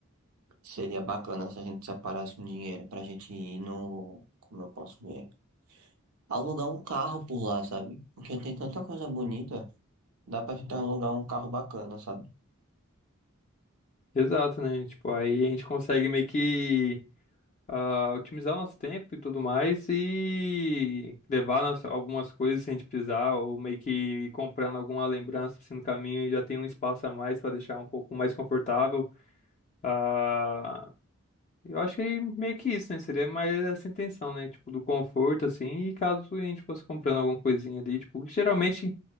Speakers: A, on the right; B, on the left.
A: Seria bacana se a gente separasse um dinheiro pra gente ir no. Como eu posso ver? Alugar um carro por lá, sabe? Porque tem tanta coisa bonita, dá pra gente alugar um carro bacana, sabe?
B: Exato, né? Tipo, aí a gente consegue meio que ah, otimizar o nosso tempo e tudo mais e levar nossa- algumas coisas se a gente precisar, ou meio que ir comprando alguma lembrança assim, no caminho e já tem um espaço a mais para deixar um pouco mais confortável. Ah, eu acho que meio que isso, né? Seria mais essa intenção, né? Tipo, do conforto, assim, e caso a gente fosse comprando alguma coisinha ali, tipo, geralmente.